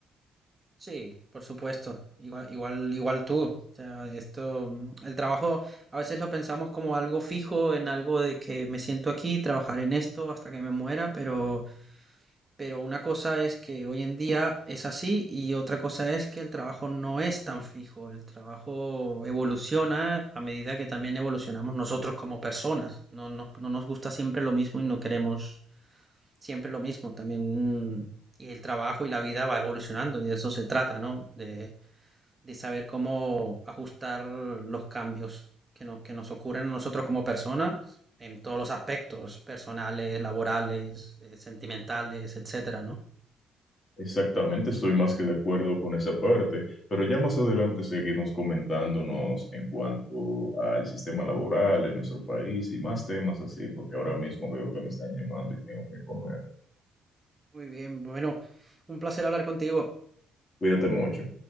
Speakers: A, on the right (about 20°); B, on the left (about 35°).
A: Sí, por supuesto. Igual, igual, igual tú. O sea, esto, mm, el trabajo a veces lo pensamos como algo fijo, en algo de que me siento aquí, trabajar en esto hasta que me muera, pero, pero una cosa es que hoy en día es así y otra cosa es que el trabajo no es tan fijo. El trabajo evoluciona a medida que también evolucionamos nosotros como personas. No, nos- no nos gusta siempre lo mismo y no queremos siempre lo mismo. También mm, y el trabajo y la vida va evolucionando y de eso se trata, ¿no? De, de saber cómo ajustar los cambios que, no- que nos ocurren a nosotros como personas en todos los aspectos, personales, laborales, eh, sentimentales, etcétera, ¿no?
B: Exactamente, estoy más que de acuerdo con esa parte, pero ya más adelante seguimos comentándonos en cuanto al sistema laboral en nuestro país y más temas así, porque ahora mismo veo que me están llamando y tengo que comer.
A: Muy bien, bueno, un placer hablar contigo.
B: Cuídate mucho.